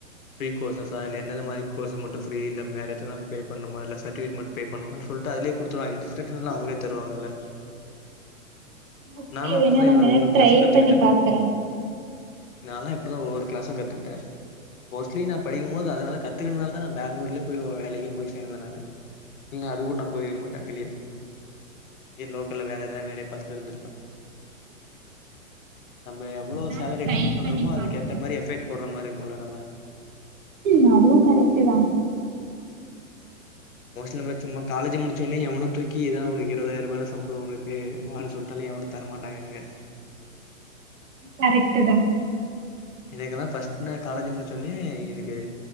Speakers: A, on the left (about 75°); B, on the right (about 65°).
A: ஃப்ரீ கோர்ஸஸ்ஸா இல்ல எந்த எந்த மாரி கோர்ஸு மட்டு ஃப்ரீ இல்ல வேற எதானா பே பண்ணனுமா இல்ல சர்டி இது மட்டு பே பண்ணனுமா சொல்ட்டு அதுலயே குடுத்துடுவாங்க இன்ஸ்ட்ரக்ஸன்ஸ்லா அவுங்களே தருவாங்கல்ல
B: ஓகே
A: நாலா அப்டிதா
B: வேணா நா
A: எல்லா
B: வேணா
A: ஒவ்வோரு கிளாஸு
B: ட்ரை
A: கத்துக்கிட்டே
B: பண்ணி பாக்குறே
A: நாலா இப்டிதா ஒவ்வோரு கிளாஸு கத்துக்கிட்டே மோஸ்ட்லி நா படிக்கும் போது அதனால கத்துக்கனதாலதா நா பெங்களூர்லேய போய் வேலைக்கு போய் சேந்த நானு இல்ல அது கூட நா போயிருக்க மாட்ட வெளிய இங்கேயே லோக்கல்ல வேற எதனா வேலைய பாத்துட்டு இருந்திருப்பே நம்ம எவ்ளோ
B: நா
A: சேலரி
B: ட்ரை
A: எக்ஸ்பெக்ட் பண்றோமோ
B: பண்ணி
A: அதுக்கு
B: பாக்குறே
A: ஏத்த மாரி எஃபெக்ட் போடுற மாரி இருக்குல நம்ம
B: ம் அதுவு கரெக்டுதா
A: மோஸ்ட்லி நம்ம சும்மா காலேஜ் முடிச்சோவுடனே எவனு தூக்கி எதாவது ஒன்னு இருபதாய ரூபாயல சம்பளம் உனக்கு வானு சொல்லிட்டாலு எவனு தரமாட்டாங்கங்க
B: கரெக்ட் தா
A: எனக்குல்லா பர்ஸ்ட் நா காலேஜ் முடிச்சோடனே எனக்கு